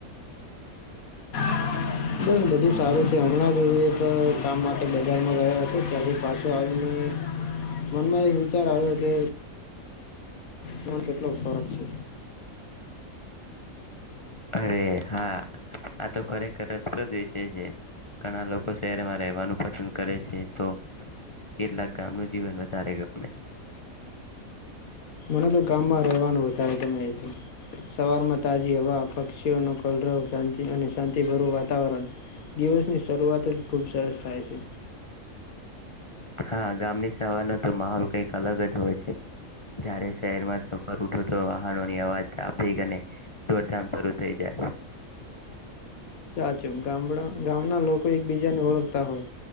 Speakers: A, on the left (about 80°); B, on the left (about 30°).
A: <unintelligible> ઘરમાં રહે હતો ચારથી પાંચો આદમી મનમાં એક વિચાર આવ્યો કે એમાં કેટલો ફરક છે.
B: અરે હા. આ તો ખરેખર રસપ્રદ વિષય છે ઘણા લોકો શહેરમાં રહેવાનું પસંદ કરે છે તો કેટલાક ગામનું જીવન વધારે ગમે.
A: મને તો ગામમાં રહેવાનું વધારે તમે છે સવારમાં તાજી હવા પક્ષીઓનો કલરવ શાંતિ અને શાંતિભરું વાતાવરણ દિવસની શરૂઆત જ ખુબ સરસ થાય છે.
B: હા ગામની સવારનો તો માહોલ કઈક અલગ જ હોય છે જયાંરે શહેરમાં સવાર ઉઠો તો વાહનોની અવાજ ટ્રાફિક અને દોડધામ શરૂ થઈ જાય
A: સાચું ગામડા ગામના લોકો એકબીજાને ઓળખતા હોય